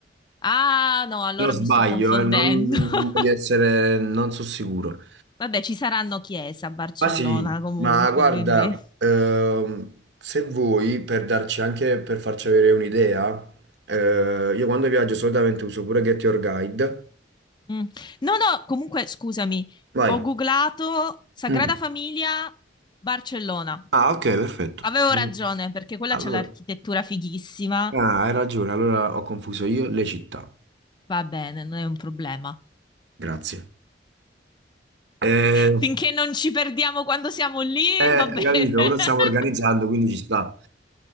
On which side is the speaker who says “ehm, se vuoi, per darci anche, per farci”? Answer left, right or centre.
Right